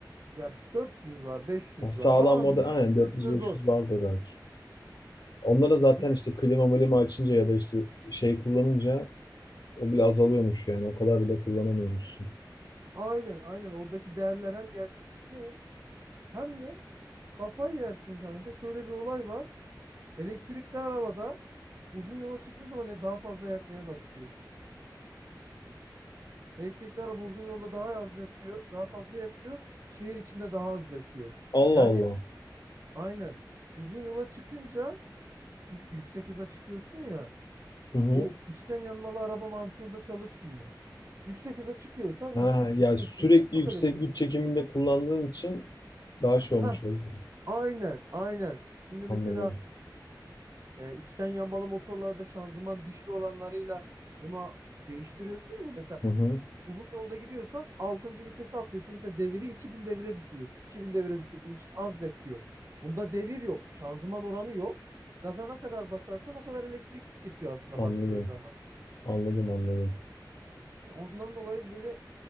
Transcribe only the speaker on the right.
Ya 400 var, 500
var ama
500'ün
üstüne zor.
Bir de
s-
aynen aynen oradaki değerler hem gerçekçi değil hem de kafayı yersin kanka. Şöyle bir olay var. Elektrikli arabada uzun yola çıktığın zaman e, daha fazla yakmaya başlıyor. Elektrikli araba uzun yolda daha az yakıyor, daha fazla yakıyor. Şehir içinde daha az yakıyor.
Yani
aynen uzun yola çıkınca çünkü yüksek hıza çıkıyorsun ya
o içten yanmalı araba mantığında çalışmıyor. Yüksek hıza çıkıyorsan
yüksek
güç çektiği
için çok
elektrik.
Ha,
aynen, aynen. Şimdi mesela
e, içten yanmalı motorlarda şanzıman dişli oranlarıyla buna değiştiriyorsun ya mesela
Uzun yolda gidiyorsan altıncı vitese atlıyorsun. Mesela deviri 2000 devire düşürüyorsun. 2000 devire düşürdüğün için az yakıyor. Bunda devir yok. Şanzıman oranı yok. Gaza ne kadar basarsan o kadar elektrik tüketiyor aslında
baktığın zaman.
Yani ondan dolayı böyle